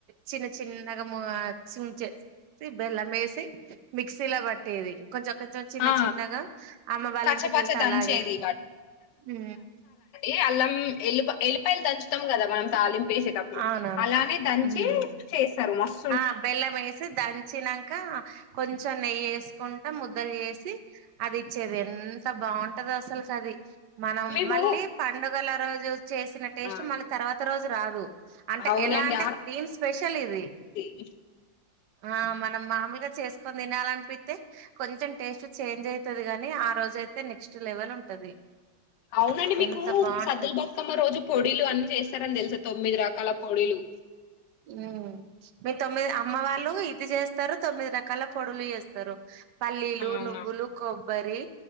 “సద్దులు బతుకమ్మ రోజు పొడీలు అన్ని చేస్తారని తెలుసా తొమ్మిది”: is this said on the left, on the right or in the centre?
Left